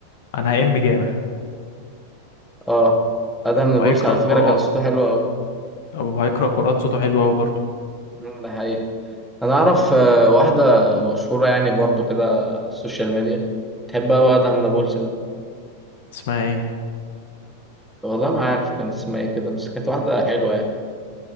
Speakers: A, on the left; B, in the centre.
A: انا هأم جامع
B: اه ادهم نابلسي
A: وهيقرا
B: على فكره
A: قران
B: كان صوته حلو قوي
A: او هيقرا قران صوته حلو قوي برضه
B: مم، ده حقيقه انا اعرف آه، واحده مشهوره يعني برضو كده على السوشيال ميديا تحبها واحده من نابلس ده
A: اسمها ايه
B: والله ما عارف كان اسمها ايه كده بس كانت واحده حلوه يعني